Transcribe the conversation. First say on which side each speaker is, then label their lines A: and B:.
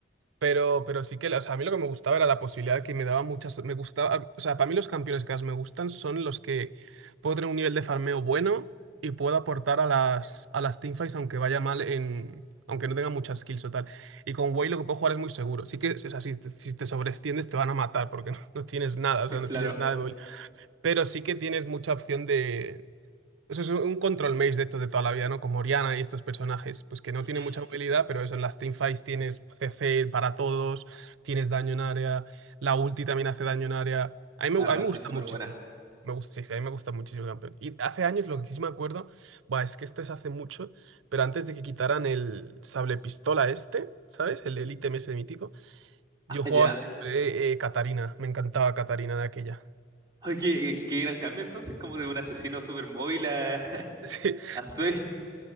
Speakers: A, on the right (about 75°); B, on the right (about 20°).
A: Pero, pero sí que, la- o sea, a mí lo que me gustaba era la posibilidad que me daba muchas, me gustaba, o sea, para mí los campeones que más me gustan son los que puedo tener un nivel de farmeo bueno y puedo aportar a las, a las teamfights aunque vaya mal en, aunque no tenga muchas kills o tal. Y con Wei lo que puedo jugar es muy seguro. Sí que, o sea, si te, si te sobreextiendes te van a matar porque <laughs> no, no tienes nada,
B: <laughs>
A: o sea,
B: Claro.
A: no tienes nada de móvil. Pero sí que tienes mucha opción de eso es un control maze de estos de toda la vida, ¿no? Como Oriana y estos personajes, pues que no
B: Ujú.
A: tienen mucha movilidad, pero eso en las teamfights tienes CC para todos, tienes daño en área, la ulti también hace daño en área. A mí me,
B: Ah, LOL
A: a mí me gusta
B: es súper
A: muchísimo.
B: buena.
A: Me gusta, sí, sí, a mí me gusta muchísimo el campeón. Y hace años, lo que sí me acuerdo, buah, es que este es hace mucho, pero antes de que quitaran el sable pistola este, ¿sabes? El, el ítem ese mítico, yo
B: Ah,
A: jugaba
B: ¿ya?
A: siempre eh, Katarina, me encantaba Katarina de aquella.
B: Ay, qué, qué- qué gran cambio entonces, como de un asesino súper móvil a, <laughs>
A: <laughs> Sí.
B: a Swain.